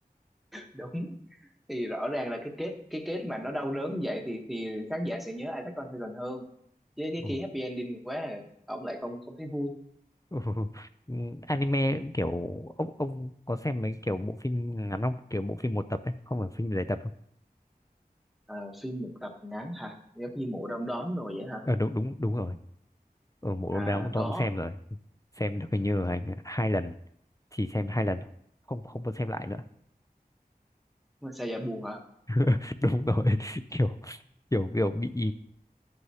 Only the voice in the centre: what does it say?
đúng thì rõ ràng là cái kết cái kết mà nó đau đớn vậy thì thì khán giả sẽ nhớ Attack on Titan hơn chứ cái
kia happy ending quá à. ông lại không không thấy vui
À, phim một tập ngắn hả? Giống như mộ đom đóm rồi vậy hả?
À
có.
<laughs> Sao dạ buồn hả?